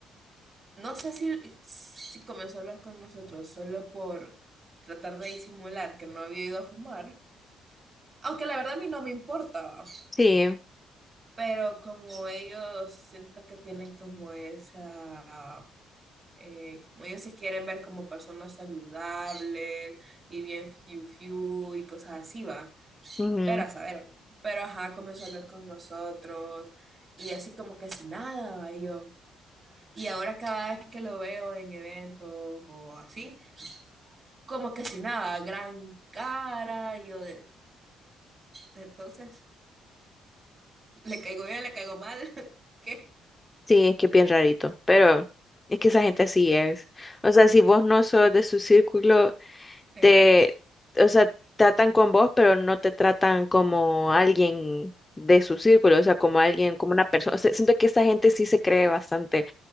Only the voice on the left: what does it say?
sí,
ujú,
sí, es que es bien rarito, pero es que esa gente así es. O sea, si vos no sos de su círculo,
te, o sea, tratan con vos, pero no te tratan como alguien de su círculo, o sea, como alguien, como una persona. O sea, siento que esa gente sí se cree bastante.